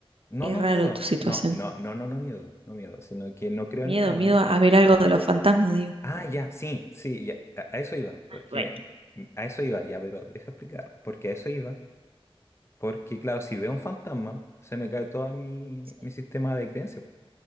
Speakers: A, on the left; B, on the right.
A: No,
B: Es
A: no
B: raro
A: miedo.
B: tu situación.
A: No, no, no, no, no miedo, no miedo, sino que no creo
B: Miedo,
A: en nada.
B: miedo a ver algo de los fantasmas, digo.
A: Ah, ya, sí, sí, ya, a a eso iba, porque
B: Bueno,
A: a eso iba, ya, pero deja explicar, porque a eso iba Porque, claro, si veo un fantasma, se me cae todo mi,
B: sí.
A: mi sistema de creencias.